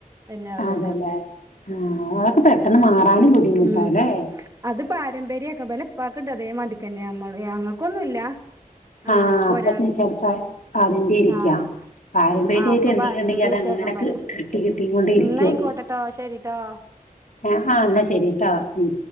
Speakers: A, on the right; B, on the left.
A: ഇതന്നെ ആകാണ്
B: അതല്ലേ
A: പറയും
B: ആ അതൊക്കെ പെട്ടെന്ന് മാറാനും ബുദ്ധിമുട്ടല്ലേ?
A: ഉം അത് പാരമ്പര്യൊക്കെ ഇവലപ്പാക്ക് ണ്ട് അതേ മാതിരിക്കന്നെ നമ്മള് ഞങ്ങക്കൊന്നുല്ല ആഹ്
B: ആഹ
A: അപ്പൊ
B: അപ്പത്തിന്
A: ഒരാ
B: ചെലപ്പോ അതിന്റെ ഇരിക്കാം
A: ആഹ്
B: പാരമ്പര്യ
A: ആഹ് അപ്പൊ
B: എന്തെങ്കിണ്ടെങ്കിൽ
A: പാരമ്പര്യായിട്ടാക്കാൻ
B: അത് അങ്ങനെ
A: പറയാ
B: കിട്ടി കിട്ടി കൊണ്ടിരിക്കും
A: ഇന്നായിക്കോട്ടെട്ടോ ശരിട്ടോ
B: അ ആ എന്നാ ശരീട്ടോ ഉം.